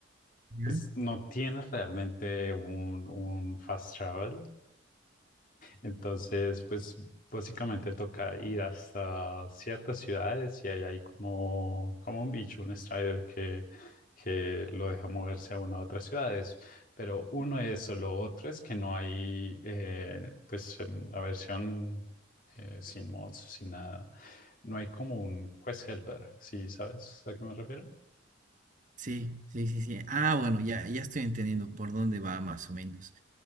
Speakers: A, on the right (about 40°); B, on the left (about 40°).
A: ya.
B: pues no tienes realmente un, un fast travel. Entonces, pues básicamente toca ir hasta ciertas ciudades y ahí hay como, como un bicho, un Strider que, que lo deja moverse a una u otras ciudades. Pero uno es solo otro es que no hay, eh, pues en la versión eh, sin mods, sin nada, no hay como un quest helper, ¿sí sabes a qué me refiero?
A: Sí, sí, sí, sí. Ah, bueno, ya, ya estoy entendiendo por dónde va más o menos.